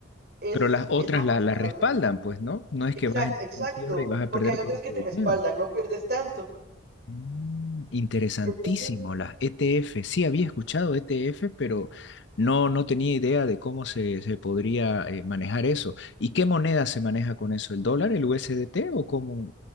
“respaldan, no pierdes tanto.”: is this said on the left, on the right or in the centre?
Right